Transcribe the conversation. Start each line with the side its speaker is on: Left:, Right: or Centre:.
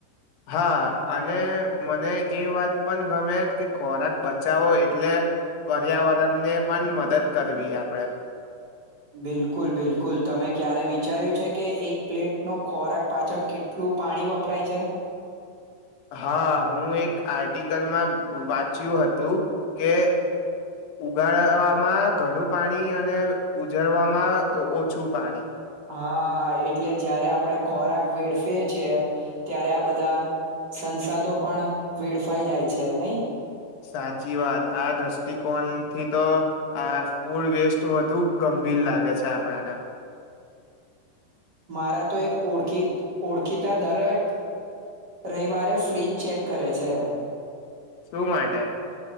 Left: હા અને મને એ વાત પણ ગમે કે ખોરાક બચાવો એટલે પર્યાવરણને પણ મદદ કરવી આપણેે
Right: બિલકુલ બિલકુલ તમે ક્યારે વિચાર્યું છે કે એક પ્લેટનો ખોરાક પાછળ કેટલું પાણી વપરાય છે
Left: હા હું એક આર્ટિકલમાં વાંચ્યું હતું કે ઉગાડવામાં ઘણું પાણી અને ઉજરવામાં ઓછું પાણી
Right: હા એટલે જયારે આપડ ખોરાક વેડફીએ છેીએ ત્યારે આ બધા સંસાદો પણ વેડફાઈ જાય છે નઈ
Left: સાચી વાત આ દ્રષ્ટિકોણ થી તો આ ફૂડ વેસ્ટ વધુ ગંભીર લાગે છે આપણને
Right: મારા તો એક ઓખ ઓળખીતા દરેક રવિવારે ફ્રીજ ચેક કરે છે
Left: શું માટે